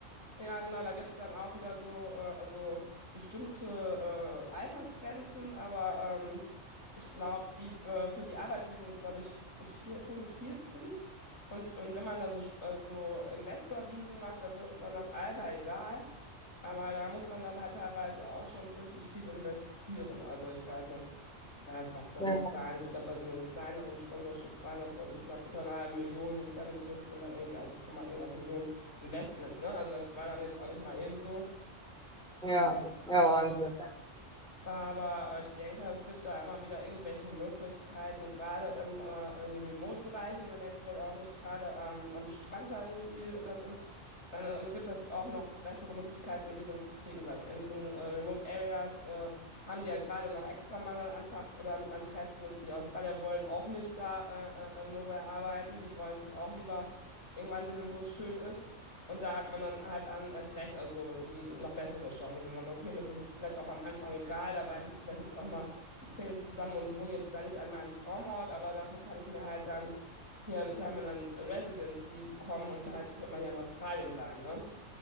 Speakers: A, on the left; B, in the centre.
A: Ja, genau, da gibt's dann auch wieder so, äh, also bestimmte äh, Altersgrenzen, aber ähm, ich glaube, die äh, für die Arbeitsvisen ist, glaube ich, vier- 45. Und, und wenn man da so, Sp- äh, so Investorvisen macht, das ist dann das Alter egal. Aber da muss man dann halt teilweise auch schon so richtig viel investieren. Also ich weiß nicht, wa- was da
B: Ja,
A: die Zahlen, ich glaube, bei so einem kleineren Sponsorship waren das dann so knapp unter einer halben Million und bei einem größeren dann irgendwie eins Komma irgendwas Millionen. Investment, ne? Also das war dann jetzt auch nicht mal eben so.
B: ja, ja, Wahnsinn.
A: Aber äh, ich denke, es gibt da immer wieder irgendwelche Möglichkeiten, und gerade im, äh, in Remote-Bereichen, wenn jetzt vielleicht auch nicht gerade ähm, am Strand da irgendwie das ist, dann ähm, gibt es auch noch bessere Möglichkeiten, ein Visum zu kriegen, weil in diesen äh, Remote-Areas äh, haben die ja gerade noch extra Mangel an Fach oder an, an Kräften und die Australier wollen auch nicht da äh, äh, im Nowhere arbeiten, die wollen sich auch lieber irgendwann siedeln, wo es schön ist. Und da hat man dann halt an, erst recht, also m, noch bessere Chancen. Man sagt, okay, mir ist das jetzt vielleicht auch am Anfang egal, da beiße ich vielleicht jetzt auch mal die Zähne zusammen und wohne jetzt dann nicht an meinem Traumort, aber dafür kann ich mir halt dann hier eine Permanent Residency bekommen und halt für immer hier in Australien bleiben, ne?